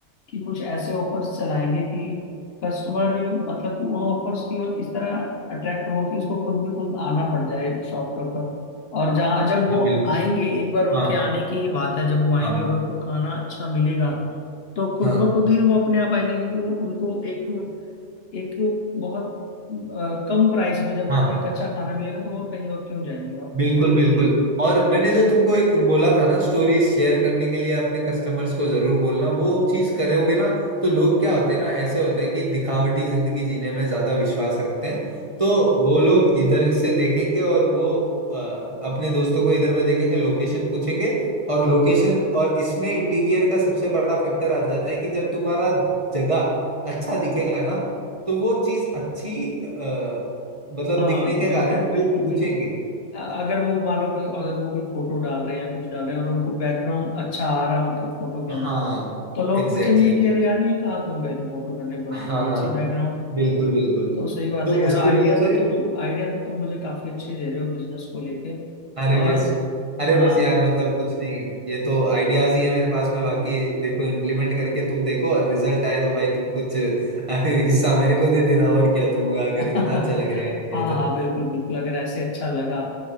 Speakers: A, on the left; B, on the right.
A: कि कुछ ऐसे ऑफर्स चलाएंगे कि कस्टमर मतलब कि उन ऑफर्स की ओर इस तरह अट्रैक्ट हो कि उसको खुद भी खुद आना पड़ जाए शॉप के ऊपर और जहाँ जब वो
B: हाँ बिल्कुल
A: आएंगे एक बार उनके
B: हाँ
A: आने की ही बात है जब वो आएंगे
B: हाँ
A: और उनको खाना अच्छा मिलेगा तो खुद
B: हाँ
A: ब खुद ही वो अपने आप आएंगे क्योंकि वो- उनको एक एक बहुत अ, कम प्राइस में जब
B: हाँ
A: उनको एक अच्छा खाना मिलेगा तो वो कहीं और क्यों जाएंगे
B: बिल्कुल
A: है ना
B: बिल्कुल
A: ये भी है
B: और मैंने जो तुमको एक बोला था ना स्टोरीज शेयर करने के लिए अपने कस्टमर्स को जरूर बोलना वो चीज करोगे ना तो लोग क्या होते हैं ना ऐसे होते हैं कि दिखावटी जिंदगी जीने में ज्यादा विश्वास रखते हैं तो वो लोग इधर से देखेंगे और वो अ, अपने दोस्तों को इधर पे देखेंगे लोकेशन पूछेंगे और लोकेशन और इसमें इंटीरियर का सबसे बड़ा फैक्टर आ जाता है कि जब तुम्हारा जगह अच्छा दिखेगा ना तो वो चीज अच्छी अ, मतलब
A: हाँ
B: दिखने के
A: बिल्कुल
B: कारण
A: बिल्कुल
B: लोग पूछेंगे
A: बिल्कुल अ- अगर वो मान लो कि अगर वो कोई फोटो डाल रहे हैं कुछ डाल रहे हैं और उनको बैकग्राउंड अच्छा आ रहा है उनके फोटो के
B: हाँ
A: अंदर तो लोग
B: एग्जैक्टली
A: पूछेंगे
B: exactly.
A: कि यार यार ये कहाँ तुम गए थे फोटो करने ब-
B: हाँ
A: बड़ी
B: हाँ
A: अच्छी बैकग्राउंड है
B: बिल्कुल बिल्कुल
A: तो सही बात
B: तो
A: है यार
B: उसकी
A: आइडिया
B: वजह से
A: तो तुम आइडिया तो तुम मुझे काफी अच्छे दे रहे हो बिजनेस को लेके
B: अरे
A: और
B: बस अरे
A: हाँ
B: बस यार मतलब कुछ नहीं ये तो आइडियाज ही है मेरे पास में बाकी देखो इम्प्लीमेंट करके तुम देखो और रिजल्ट आए तो भाई तुम कुछ <laughs> अ, हिस्सा मेरे को दे देना और क्या तुम अगर
A: <laughs> हाँ
B: इतना अच्छा लग रहा है आइडिया
A: हाँ
B: तो
A: बिल्कुल बिल्कुल अगर ऐसे अच्छा लगा